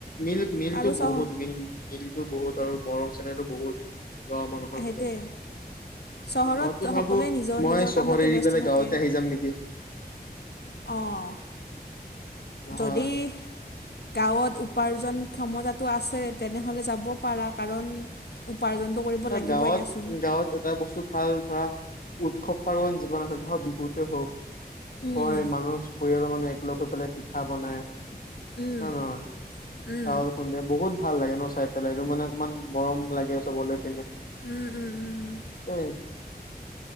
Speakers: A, on the left; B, on the left.
A: মিল মিলটো
B: আৰু চহ
A: বহুত মিল মিলটো বহুত আৰু গৰম চেনেহটো বহুত। গাঁৱৰ মানুহৰ
B: হেইতোয়ে
A: ভিতৰত
B: চহৰত
A: মইতো ভাবো
B: সকলোৱে নিজৰ
A: মই
B: নিজৰ
A: চহৰ
B: কামতে
A: এৰি
B: ব্যস্ত
A: পেলাই
B: থাকে।
A: গাঁৱতে আহি যাম নেকি।
B: অঁ।
A: হয়
B: যদি- গাঁৱত উপাৰ্জন ক্ষমতাটো আছে তেনেহ'লে যাব পাৰা কাৰণ উপাৰ্জনতো কৰিব লাগিবই
A: গাঁৱত
B: দিয়াচোন।
A: গাঁৱত এটা বস্তু ভাল ধৰা উৎসৱ পাৰ্বণ জীৱন আছে ধক বিহুতে হওঁক।
B: উম,
A: হয়ঁ মানুহ পৰিয়ালৰ মানুহে একলগ হৈ পেলাই পিঠা বনাই।
B: উম,
A: হয় নে নহয়
B: উম,
A: চাউল খুন্দে বহুত ভাল লাগে ন চাই পেলাইটো মানে। অকমান মৰম লাগে চাবলৈ।
B: উমঁ উমঁ উমঁ।
A: এহ